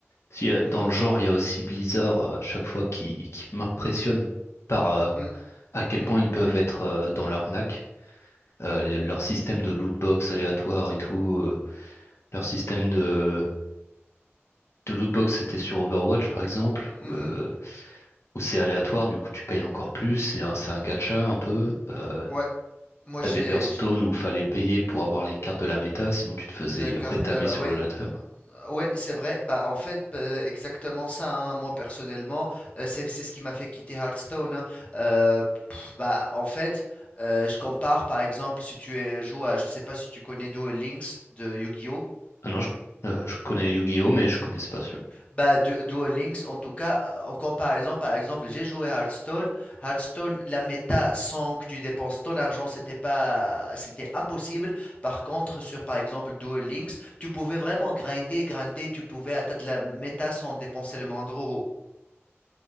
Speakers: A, on the left; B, on the left.
A: Si, euh, dans
B: Mm,
A: le genre, il y a aussi Blizzard, euh, chaque fois qui, qui m'impressionne par euh,
B: mm,
A: à quel
B: mm,
A: point ils peuvent être euh, dans l'arnaque. Euh, les- leur système de lootbox aléatoire et tout, euh, leur système de, de lootbox, c'était sur Overwatch par exemple,
B: mhm.
A: euh, où c'est aléatoire, du coup tu payes encore plus, c'est un, c'est un gacha un peu. euh,
B: Ouais, moi
A: T'avais
B: j'ai
A: Hearthstone
B: j-
A: où fallait payer pour avoir les cartes de la méta, sinon tu te faisais
B: la carte
A: rétamer
B: là,
A: sur
B: ouais.
A: le ladder.
B: Euh, Ouais, c'est vrai. Bah, en fait, euh, exactement ça. hein. Moi, personnellement, euh, c'est c'est ce qui m'a fait quitter Hearthstone. hein. Euh, pff, bah, en fait, euh, je compare, par exemple, si tu es- joues à, je sais pas si tu connais Duel Links de Yu-Gi-Oh!
A: Ah non, je, euh, je connais Yu-Gi-Oh, mais je connaissais pas celui-là.
B: Bah, Du- Duel Links, en tout cas, euh, en comparaison, par exemple, j'ai joué à Hearthstone. Hearthstone, la méta, sans que tu dépenses ton argent, c'était pas, c'était impossible. Par contre, sur, par exemple, Duel Links, tu pouvais vraiment grinder, grinder, tu pouvais atteindre la méta sans dépenser le moindre euro.